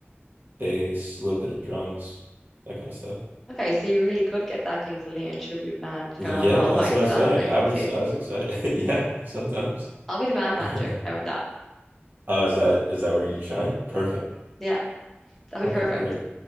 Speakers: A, on the right (about 50°); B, in the centre.
A: bass, a little bit of drums, that kind of stuff. <laughs>
B: Okay, so you really could get that Kings of Leon tribute band
A: Yeah,
B: going all by
A: that's
B: yourself,
A: what I was saying.
B: basically.
A: I was I was excited. <laughs> Yeah, sometimes.
B: I'll be the band manager.
A: <laughs>
B: How about that?
A: Oh, is that is that where you shine? Perfect.
B: Yeah, that'll
A: Okay,
B: be perfect.
A: great.